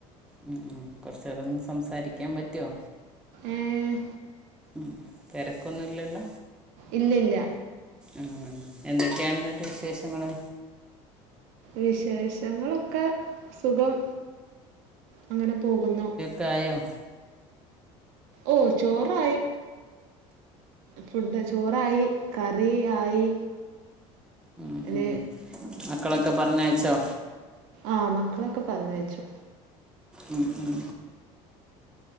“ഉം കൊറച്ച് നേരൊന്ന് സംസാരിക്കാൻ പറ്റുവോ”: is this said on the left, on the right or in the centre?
Centre